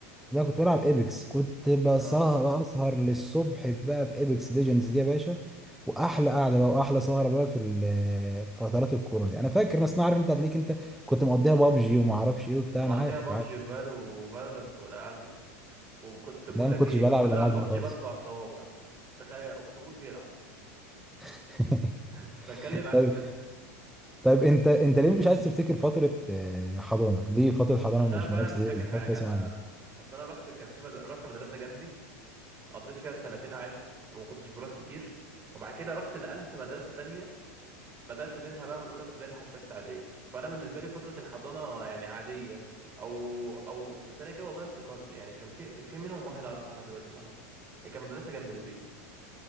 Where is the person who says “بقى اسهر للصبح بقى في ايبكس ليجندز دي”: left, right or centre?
Centre